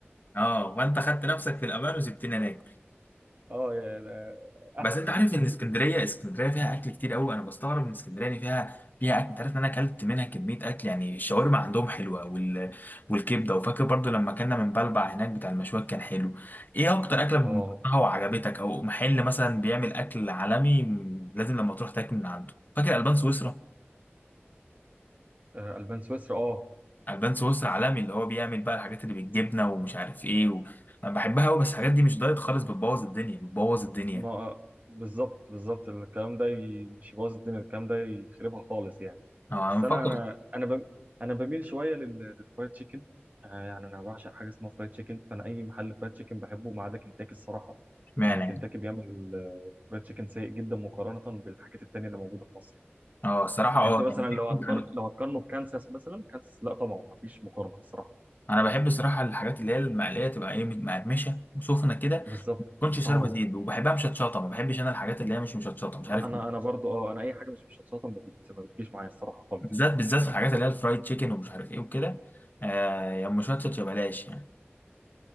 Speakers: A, on the left; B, on the right.
A: اه وانت خدت نفسك في الامان وسبتني انا اكل
B: اه يعني آه،
A: بس
B: احسن
A: انت عارف ان اسكندريه اسكندريه فيها اكل كتير قوي انا بستغرب ان اسكندريه دي فيها فيها اكل انت عارف ان انا اكلت منها كميه اكل يعني الشاورما عندهم حلوه وال... والكبده وفاكر برضو لما كنا من بلبع هناك بتاع المشويات كان حلو ايه اكتر اكله بتكرهها
B: اه
A: وعجبتك او محل مثلا بيعمل اكل عالمي م- لازم لما تروح تاكل من عنده فاكر البان سويسرا
B: آه، البان سويسرا اه
A: البان سويسرا عالمي اللي هو بيعمل بقى الحاجات اللي بالجبنه ومش عارف ايه و... انا بحبها قوي بس الحاجات دي مش دايت خالص بتبوظ الدنيا بتبوظ الدنيا
B: ما بالظبط بالظبط الكلام ده ي- مش يبوظ الدنيا الكلام ده يخربها خالص يعني
A: انا
B: بس
A: مفكر
B: انا انا انا بم... انا بميل شويه لل... للفرايد تشيكن آه يعني انا بعشق حاجه اسمها فرايد تشيكن فانا اي محل فرايد تشيكن بحبه ما عدا كنتاكي الصراحه
A: اشمعنى
B: آه كنتاكي
A: يعني؟
B: بيعمل آه، فرايد تشيكن سيء جدا مقارنه بالحاجات التانيه اللي موجوده في مصر
A: اه الصراحة اه
B: يعني انت مثلا
A: يعني
B: لو
A: <laughs>
B: هتقارن لو هتقارنه بكانساس مثلا كانساس لا طبعا ما فيش مقارنه الصراحه
A: انا بحب الصراحة الحاجات اللي هي المقلية تبقى ايه مقرمشة وسخنة كده
B: بالظبط
A: ما تكونش شاربة
B: اه
A: زيت وبحبها مشطشطة ما بحبش انا الحاجات اللي هي مش مشطشطة مش عارف
B: انا
A: ليه.
B: انا برضو اه انا اي حاجه مش مشطشطه ما, بت... ما بتجيش معايا الصراحه خالص
A: بالذات بالذات في الحاجات اللي هي الفرايد تشيكن ومش عارف ايه وكده آه يا مشطشط يا بلاش يعني